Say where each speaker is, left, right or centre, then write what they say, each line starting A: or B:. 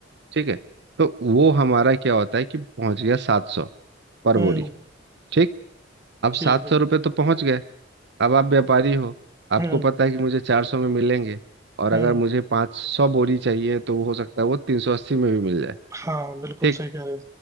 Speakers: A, on the right (about 60°); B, on the right (about 15°).
A: ठीक है तो वो हमारा क्या होता है कि पहुंच गया सात सौ पर
B: हम्म
A: बोरी ठीक अब
B: ठीक
A: सात
B: है
A: सौ रुपये तो पहुंच गए अब आप व्यापारी हो आपको
B: हम्म
A: पता है कि मुझे चार सौ में मिलेंगे और अगर
B: हम्म
A: मुझे पाँच सौ बोरी चाहिए तो वो हो सकता है वो तीन सौ अस्सी में भी मिल जाए
B: हाँ बिल्कुल
A: ठीक
B: सही कह रहे हो